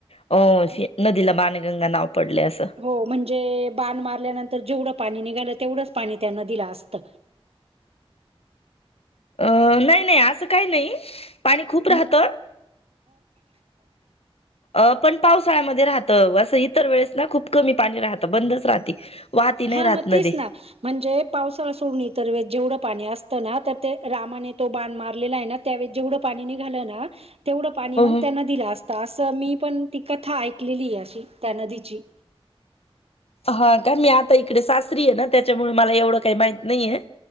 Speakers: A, on the left; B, on the right.
A: अ नदीला बाणगंगा नाव पडलय अस.
B: हो म्हणजे बाण मारल्यानंतर जेवढ पाणी निघाल तेवढच पाणी त्या नदीला असत.
A: अ नाही नाही अस काही नाही पाणी खूप राहत.
B: मग <inaudible>
A: अ पण पावसाळ्यामध्ये राहत अस इतर वेळेस ना खूप कमी पाणी राहत. बंदच राहते. वाहत
B: हा
A: नाही राहत
B: मग
A: नदी.
B: तेच ना म्हणजे पावसाळा सोडणी तर जेवढं पाणी असत ना तर ते रामाने तो बाण मारलेला आहे ना, त्यावेळेस जेवढ पाणी निघाल ना तेवढ पाणी
A: हो
B: मग
A: हो
B: त्या नदीला असत असं मी पण ती कथा ऐकलेली आहे अशी त्या नदीची.
A: हा का मी आता इकडे सासरी आहे ना त्याच्यामुळे मला एवढ काही माहित त नाहीय.